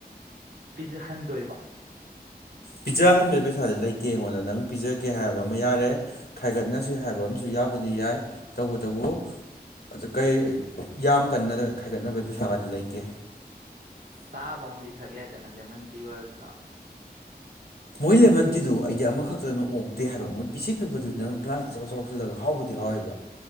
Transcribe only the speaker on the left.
ꯄꯤꯖꯍꯟꯕꯩ ꯄꯩꯁꯥꯗꯤ ꯂꯩꯇꯦ ꯑꯩꯉꯣꯟꯗ ꯅꯪ ꯄꯤꯖꯒꯦ ꯍꯥꯏꯕ ꯑꯃ ꯌꯥꯔꯦ ꯈꯥꯏꯒꯠꯅꯁꯦ ꯍꯥꯏꯕ ꯑꯃꯁꯨ ꯌꯥꯕꯨꯗꯤ ꯌꯥꯏ ꯇꯧꯕꯇꯕꯨ ꯑ ꯖ ꯀꯩ ꯌꯥꯝ ꯀꯟꯅꯗ ꯈꯥꯏꯒꯠꯅꯕꯩ ꯄꯩꯁꯥꯒꯥꯗꯤ ꯂꯩꯇꯦ
ꯃꯣꯏ ꯂꯦꯃꯟ ꯇꯤꯗꯨ ꯑꯩꯗꯤ ꯑꯃꯈꯛꯇꯅ ꯑꯣꯛꯇꯦ ꯍꯥꯏꯕ ꯃꯣꯏ ꯄꯤꯁꯤꯛ ꯄꯤꯛꯄꯗꯨꯅ ꯒ꯭ꯂꯥꯁ ꯏꯆꯥꯎ ꯆꯥꯎꯁꯤꯜꯂꯒ ꯍꯥꯎꯕꯗꯤ ꯍꯥꯎꯋꯦꯕ